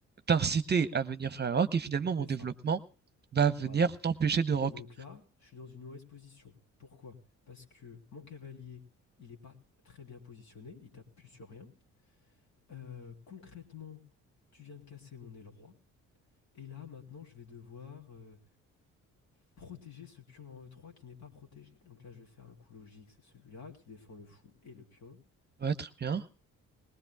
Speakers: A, on the right; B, on the left.
A: t'incitaient à venir faire un rock, et finalement, mon
B: C'est ça.
A: développement va venir
B: Voilà.
A: t'empêcher de rock.
B: Et donc là, je suis dans une mauvaise position. Pourquoi? Parce que mon cavalier, il n'est pas très bien positionné, il tape plus sur rien. Euh, concrètement, tu viens de casser mon aile roi. Et là, maintenant, je vais devoir euh, Protéger ce pion en E3 qui n'est pas protégé. Donc là, je vais faire un coup logique, c'est celui-là qui défend le fou et le pion.
A: Ouais, très bien.